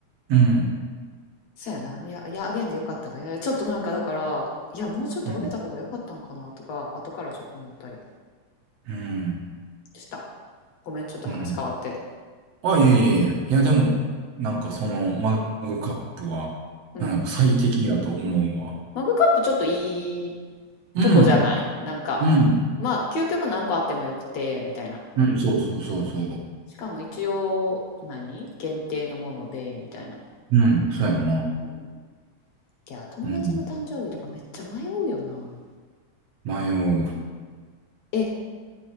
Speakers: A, on the right; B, on the left.
A: うん。
B: そうやな。いや、いや、あげんでよかったな。いや、いやちょっとなんかだから、いや、もうちょっとあげた方がよかったんかなとか、
A: うん。
B: 後からちょっと思ったり
A: うん。
B: した。ごめん、ちょっと話変わって。
A: うんあ、いえいえいえ。いや、でも、なんかそのマグカップは、
B: うん。
A: うん最適やと思うわ。
B: マグカップちょっといい
A: うん。
B: とこじゃないなんか、
A: うん。
B: まあ、究極何個あってもよくて、みたいな。
A: うん。そうそうそうそ
B: しかも一応、何限定のもので、みたいな。
A: う。うん。そうやんな。
B: うんいや、友達の誕生日とかめっちゃ迷うよな。
A: うん。迷う。
B: え、